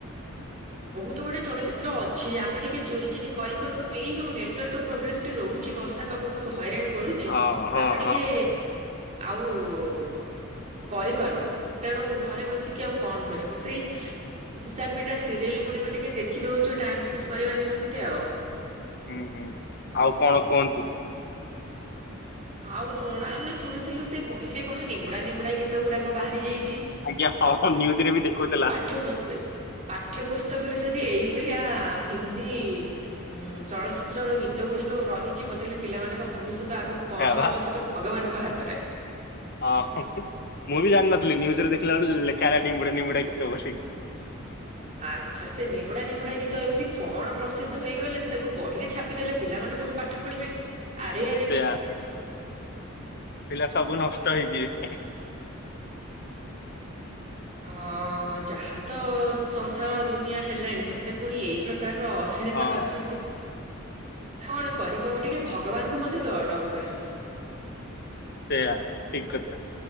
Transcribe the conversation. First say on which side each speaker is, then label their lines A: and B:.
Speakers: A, on the right; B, on the left.
A: ବହୁତ ଗୁଡେ ଚଳଚିତ୍ର ଅଛି ଆମେ ଟିକେ ଚୋରି ଚୋରି କରିପାରୁନୁ ଏଇ ଯୋଉ ନେଟୱାର୍କ ପ୍ରୋବ୍ଲେମ ଟି ରହୁଛି ବର୍ଷା ପାଗକୁ ହଇରାଣ କରୁଛି
B: ହଁ ହଁ
A: ଆମେ ଟିକେ
B: ହଁ
A: ଆଉ କରିପାରୁନୁ ତେଣୁ ଘରେ ବସିକି ଆଉ କଣ କରିବୁ ସେଇ ଘିଶା ପିଟା ରିଲ୍ ଗୁଡିକ ଟିକେ ଦେଖିଦଉଛୁ ଟାଇମ ପାସ୍ କରିବା ନିମନ୍ତେ ଆଉ।
B: ହୁଁ ହୁଁ। ଆଉ କଣ କୁହନ୍ତୁ?
A: ଆଉ କଣ ଆମେ ଶୁଣିଥିଲୁ ସେ ବହିରେ କଣ ନିମ୍ବୁଡା ନିମ୍ବୁଡା ଗୀତ ଗୁଡାକ ବାହାରି ଯାଇଛି।
B: ଆଜ୍ଞା ହଁ ନ୍ୟୁଜରେ ବି ଦେଖଉ ଥିଲା।
A: ପାଠ ପୁ ପାଠ୍ୟ ପୁସ୍ତକରେ ଯଦି ଏଇଭଳିଆ ହିନ୍ଦୀ ହୁଁ ଚଳଚିତ୍ର ର ଗୀତ ଗୁଡିକ ରହିଜୀବ ତାହେଲେ ପିଲାମାନଙ୍କ ଭବିଷ୍ୟତ ଆଗକୁ କଣ
B: ସେୟା
A: ହବ
B: ବା
A: ସେ ତ ଭଗବାନଙ୍କ ହାତରେ।
B: ହଁ ମୁଁ ବି ଜାଣିିନଥିଲି ନ୍ୟୁଜରେ ଦେଖିଲା ବେଳକୁ ଲେଖା ହେଲା ନିମ୍ବୁଡ଼ା ନିମ୍ବୁଡା ଗୀତ ବୋଲି।
A: ଆଚ୍ଛା ସେ ନିମ୍ବୁଡା ନିମ୍ବୁଡା ଗୀତ ଏମିତି କଣ ପ୍ରସିଦ୍ଧ ହେଇଗଲା ଯେ ତାକୁ ବହିରେ ଛାପିଦେଲେ ପିଲାମାନଙ୍କ ତାକୁ ପାଠ ପଢ଼ିବେ ଆରେ ଆରେ
B: ସେୟା ପିଲା ସବୁ ନଷ୍ଟ ହେଇଯିବେ।
A: ଅ ଯାହା ତ ସଂସାର ଦୁନିଆ ହେଲାଣି ସେଥିରେ ପୁଣି ଏଇ ପ୍ରକାରର ଅସିଲି
B: ହଁ।
A: ତ କରିଛନ୍ତି କଣ କରିବ ଟିକେ ଭଗବାନଙ୍କୁ ମଧ୍ୟ ଡରୁନାହାନ୍ତି।
B: ସେଇଆ ଠିକ୍ କଥା